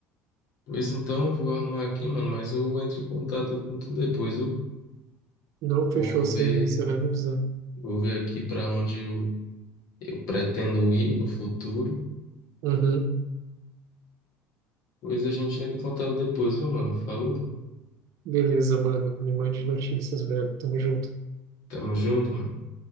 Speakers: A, on the left (about 65°); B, on the right (about 65°).
A: Pois então, eu vou arrumar aqui, mano, mas eu entro em contato com tu depois, eu
B: Não fechou,
A: vou ver,
B: você, você vai me avisando.
A: vou ver aqui pra onde eu, eu pretendo ir no futuro.
B: Uhum,
A: Pois a gente entra em contato depois, viu, mano? Falou?
B: beleza, mano. Me mande notícias, velho. Tamo junto.
A: Tamo junto, mano.